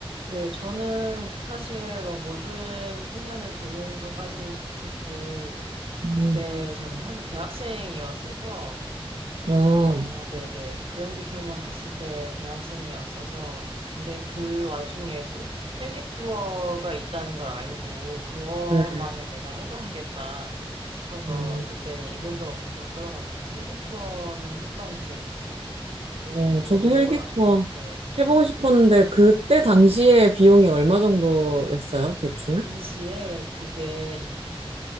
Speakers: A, on the right; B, on the right.
A: 네, 저는 사실 막 모든 캐년을 도는 것까지는 못했고,
B: 음.
A: 그때 저는 사실 대학생이었어서, 어,
B: 어.
A: 네네. 그랜드 캐년 갔을 때 대학생이었어서, 근데 그 와중에도 헬기 투어가 있다는 걸 알고, 그것만은
B: 네.
A: 내가 해봐야겠다 싶어서,
B: 음.
A: 그때 있는 돈 없는 돈 끌어가지고 헬기 투어는 했던 기억이 있어요. 너무
B: 어, 저도
A: 좋더라고요.
B: 헬기 투어
A: 네.
B: 해보고 싶었는데, 그때 당시에 비용이 얼마 정도였어요, 대충?
A: 당시에 그게